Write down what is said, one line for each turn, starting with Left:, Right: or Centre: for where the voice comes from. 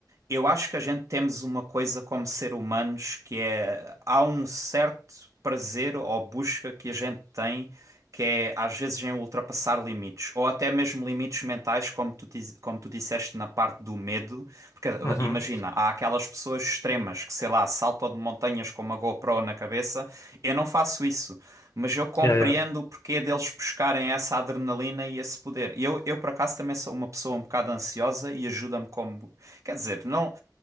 Right: Eu acho que a gente temos uma coisa como ser humanos que é há um certo prazer ou busca que a gente tem que é às vezes em ultrapassar limites ou até mesmo limites mentais como tu diz- como tu disseste na parte do medo porque eh,
Left: Uhum.
Right: imagina há aquelas pessoas extremas que sei lá saltam de montanhas com uma GoPro na cabeça eu não faço isso mas eu compreendo
Left: Yeah, yeah.
Right: o porquê deles buscarem essa adrenalina e esse poder eu eu por acaso também sou uma pessoa um bocado ansiosa e ajuda-me como Quer dizer, não,